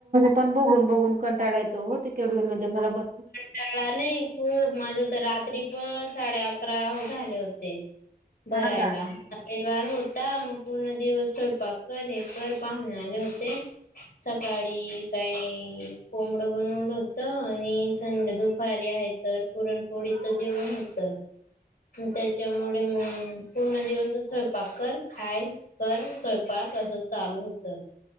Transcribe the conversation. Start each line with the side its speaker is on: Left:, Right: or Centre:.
Right: आपण बघून बघून कंटाळायतो हो ते केडवेर मध्ये मला बस
Left: त्यांना नाही खूप माझ तर रात्री पण साडे अकरा झाले होते. बरायला.
Right: हा का
Left: रविवार होता मग पूर्ण दिवस स्वयंपाक कर हे कर पाहुने आले होते. सकाळी काय कोंबडं बनवलं होत. त आणि संध्या दुपारी आहे तर पुरणपोळीच जेवण होत. त्याच्यामुळे मग पूर्ण दिवस स्वयंपाक कर खाय कर स्वयंपाक तसच चालू होतं.